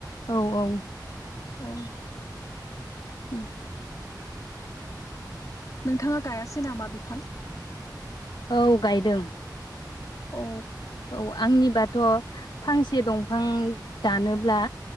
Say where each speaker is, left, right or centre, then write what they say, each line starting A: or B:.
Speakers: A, on the left (about 85°); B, on the left (about 50°).
A: औ औ।
B: औ।
A: उम।
B: नोंथाङा गायासै नामा बिफां।
A: औ गायदों।
B: औ।
A: औ आंनिबाथ फांसे दंफां दानोब्ला